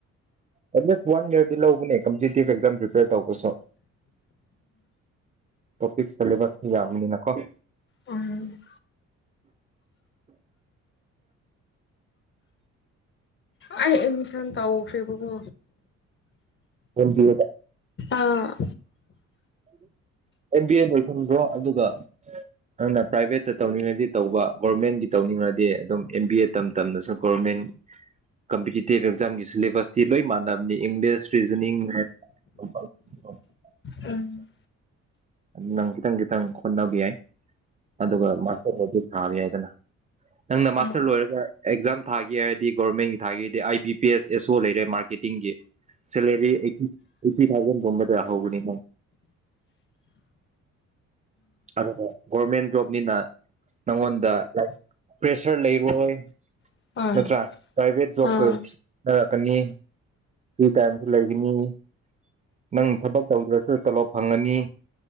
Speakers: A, on the right; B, on the left.
A: ꯑꯦꯠꯂꯤꯁ ꯋꯥꯟ ꯏꯌꯔꯗꯤ ꯂꯧꯕꯅꯦ ꯀꯝꯄꯤꯇꯤꯇꯤꯚ ꯑꯦꯛꯖꯥꯝ ꯄ꯭ꯔꯤꯄꯦꯔ ꯇꯧꯕꯁꯨ ꯇꯣꯄꯤꯛ ꯁꯦꯂꯦꯕꯁꯁꯨ ꯌꯥꯝꯕꯅꯤꯅꯀꯣ <inaudible>
B: ꯎꯝ ꯑꯩ ꯑꯦꯠꯃꯤꯁꯟ ꯇꯧꯈ꯭ꯔꯦꯕꯀꯣ
A: M B
B: ah <inaudible>
A: M B A ꯂꯣꯏꯁꯤꯟꯈ꯭ꯔꯣ ꯑꯗꯨꯒ ꯑꯗꯨꯅ ꯄ꯭ꯔꯥꯏꯚꯦꯠꯇ ꯇꯧꯅꯤꯡꯉꯗꯤ ꯇꯧꯕ ꯒꯣꯔꯃꯦꯟꯒꯤ ꯇꯧꯅꯤꯡꯉꯗꯤ ꯑꯗꯨꯝ ꯑꯦꯝ ꯕꯤ ꯑꯦ ꯇꯝ ꯇꯝꯅꯁꯨ ꯒꯣꯔꯃꯦꯟ ꯀꯝꯄꯤꯇꯤꯇꯤꯞ ꯑꯦꯛꯖꯥꯝꯒꯤ ꯁꯤꯂꯦꯕꯁꯇꯤ ꯂꯣꯏ ꯃꯥꯟꯅꯕꯅꯤ ꯏꯪꯂꯤꯁ ꯔꯤꯖꯅꯤꯡ ꯃꯦꯠꯁ <unintelligible>
B: ꯎꯝ
A: ꯅꯪ ꯈꯤꯇꯪ ꯈꯤꯇꯪ ꯍꯣꯠꯅꯕ ꯌꯥꯏ ꯑꯗꯨꯒ ꯃꯥꯁꯇꯔ ꯂꯣꯏꯔꯗꯤ ꯊꯥꯕ ꯌꯥꯏꯗꯅ ꯅꯪꯅ ꯃꯥꯁꯇꯔ
B: ꯑꯥ
A: ꯂꯣꯏꯔꯒ ꯑꯦꯛꯖꯥꯝ ꯊꯥꯒꯦ ꯍꯥꯏꯔꯗꯤ ꯒꯣꯔꯃꯦꯟꯒꯤ ꯊꯥꯒꯦꯗꯤ ꯑꯥꯏ ꯕꯤ ꯄꯤ ꯑꯦꯁ ꯑꯦꯁꯣ ꯂꯩꯔꯦ ꯃꯥꯔꯀꯦꯠ ꯇꯤꯟꯒꯤ ꯁꯦꯂꯦꯔꯤ ꯑꯦꯠ ꯑꯦꯠꯇꯤꯟ ꯊꯥꯎꯖꯟ ꯒꯨꯝꯕꯗ ꯍꯧꯕꯅꯦꯀꯣ ꯑꯥ ꯚꯣꯕꯔꯃꯦꯟ ꯖꯣꯕꯅꯤꯅ ꯅꯪꯉꯣꯟꯗ ꯄ꯭ꯔꯦꯁꯔ ꯂꯩꯔꯣꯏ
B: ꯍꯣꯏ
A: ꯅꯠꯇ꯭ꯔꯥ ꯄ꯭ꯔꯥꯏꯚꯦꯠ ꯖꯣꯕꯀ
B: ꯑꯥ
A: ꯈꯦꯠꯅꯔꯛꯀꯅꯤ ꯐ꯭ꯔꯤ ꯇꯥꯏꯝꯁꯨ ꯂꯩꯒꯅꯤ ꯅꯪ ꯊꯕꯛ ꯇꯧꯗ꯭ꯔꯁꯨ ꯇꯂꯣꯞ ꯐꯪꯉꯅꯤ